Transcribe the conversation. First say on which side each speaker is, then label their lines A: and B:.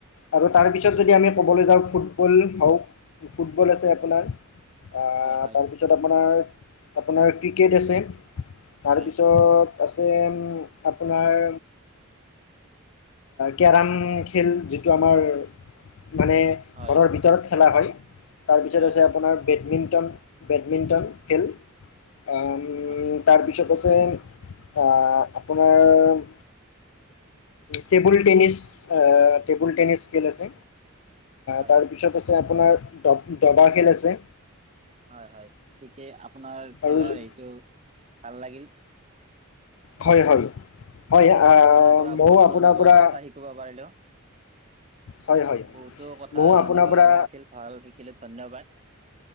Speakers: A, on the left; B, on the right.
A: আৰু তাৰপিছত যদি আমি ক'বলৈ যাওঁ ফুটবল হওক ফুটবল আছে আপোনাৰ আহ
B: হয় হয়
A: তাৰপিছত আপোনাৰ আপোনাৰ ক্ৰিকেট আছে।
B: হয়
A: তাৰপিছত আছে আপোনাৰ কেৰম খেল যিটো আমাৰ মানে
B: হয়
A: ঘৰৰ ভিতৰত খেলা হয় তাৰ ভিতৰত
B: হয়
A: আছে
B: হয়
A: আপোনাৰ বেডমিণ্টন বেডমিণ্টন খেল আহ
B: অ
A: তাৰপিছত আছে আহ আপোনাৰ টেবুল টেনিছ টেবুল টেনিছ খেল আছে।
B: হয়
A: তাৰ পিছ পিছত আছে আপোনাৰ ডব ডবা খেল আছে।
B: হয় হয় ঠিকেই আপোনাৰ
A: আৰু
B: খেলৰ হেৰিটো ভাল লাগিল।
A: হয় হয় হয় আ
B: আপোনাৰ পৰা
A: ময়ো
B: বহুতো
A: আপোনাৰ
B: নজনা
A: পৰা
B: কথা শিকিব পাৰিলোঁ।
A: হয় হয়
B: বহুতো কথা
A: ময়ো
B: জানিব
A: আপোনাৰ পৰা
B: লগা আছিল ভাল শিকিলো। ধন্যবাদ।